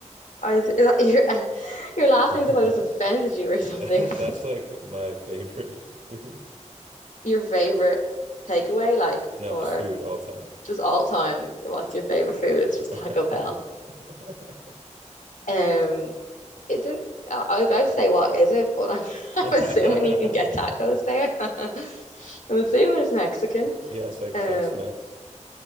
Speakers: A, on the left; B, on the right.
A: I was, <laughs> is that, you're, <laughs> you're laughing
B: <laughs>
A: as if I just offended you or something.
B: That's like my favorite <laughs> food.
A: <laughs> Your favorite takeaway, like,
B: No,
A: or
B: just food all time.
A: just all time, what's your favorite food?
B: <laughs>
A: It's just Taco Bell. Um, it's not I I was about to say, what is it? But I'm, <laughs> I'm
B: Yeah.
A: assuming you can get tacos there. <laughs> I'm assuming it's Mexican.
B: Yeah, it's like
A: Um,
B: Tex-Mex.